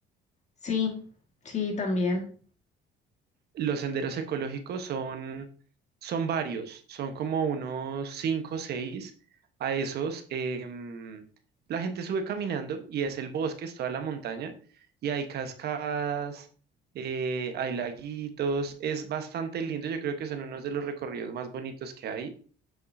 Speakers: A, on the left; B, on the right.
A: Sí, sí, también.
B: Los senderos ecológicos son, son varios, son como unos cinco o seis. A esos, em, la gente sube caminando y es el bosque, es toda la montaña, y hay cascadas, eh, hay laguitos, es bastante lindo. Yo creo que son unos de los recorridos más bonitos que hay.